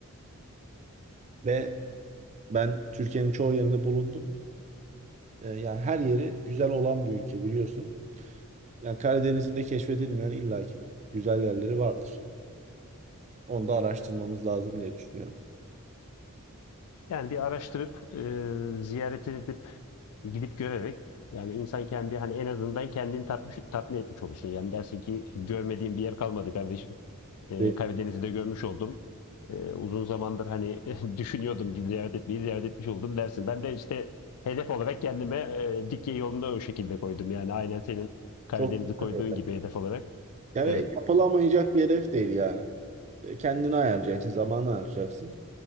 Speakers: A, on the right; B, on the left.
A: Ve ben Türkiye'nin çoğu yerinde bulundum. E, yani her yeri güzel olan bir ülke biliyorsun. Yani Karadeniz'in de keşfedilmeyen illaki bir güzel yerleri vardır. Onu da araştırmamız lazım diye düşünüyorum.
B: Yani bir araştırıp e, ziyaret edip gidip görerek yani insan kendi hani en azından kendini tatmış, tatmin etmiş olursun. Yani dersin ki görmediğim bir yer kalmadı kardeşim. E,
A: Ve
B: Karadeniz'i de görmüş oldum. E, uzun zamandır hani <laughs> düşünüyordum ki ziyaret etmeyi ziyaret etmiş oldum dersin. Ben de işte hedef olarak kendime e, Likya yolunda o şekilde koydum. Yani aynen senin Karadeniz'i
A: çok
B: koyduğun
A: tabii.
B: gibi hedef olarak.
A: Yani
B: Evet.
A: yapılamayacak bir hedef değil yani. E, Kendini ayarlayacaksın, zamanı ayarlayacaksın.